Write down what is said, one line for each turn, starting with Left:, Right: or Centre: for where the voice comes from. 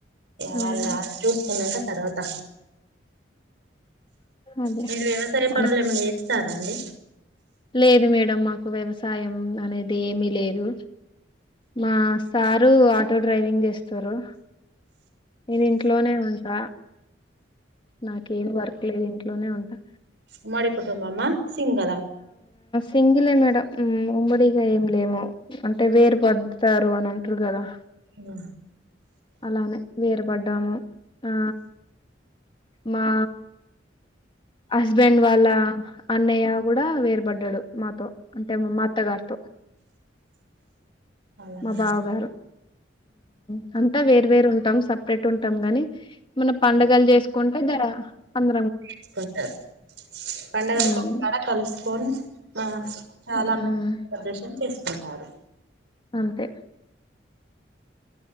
Right: వాళ్ళు
Left: ఉమ్
Right: వాళ్ళు చూస్తున్నంట తర్వాత
Left: అదే
Right: మీరు వ్యవసాయ
Left: మన
Right: పనులు ఏమన్నా చూస్తారా అండి
Left: లేదు మేడంమ్ మాకు ఒక వ్యవసాయం అనేది ఏమీ లేదు మా సార్ ఆటో డ్రైవింగ్ చేస్తారు నేను ఇంట్లోనే ఉంటా నాకేం వర్క్ లేదంటి ఇంట్లోనే ఉంటా
Right: ఉమ్మడి కుటుంబమ్మా సింగలా
Left: తింగిలే మేడం ఉమ్మడిగా ఏమి లేము అంటే వేరు పడతారు అని అంటారు కదా
Right: వా
Left: అలానే వేర పడ్డాము ఆ మా హస్బెండ్ వాళ్ళా అన్నయ్య కూడా వేర్ పడ్డాడు మాతో అంటే మా అత్తగారితో
Right: అలానా
Left: మా బావ గారు ఆ అంతా వేర్ వేరు ఉంటాం సపరేట్ ఉంటాం గాని మన పండగలు చేసుకుంటే ద అన్న
Right: తీసుకుంటారు పండగ
Left: ఉమ్,
Right: కొడా కలుసుకొని మా చాలా
Left: ఉమ్,
Right: మంచి ప్రదర్శనం చేసురు సారు
Left: అంతే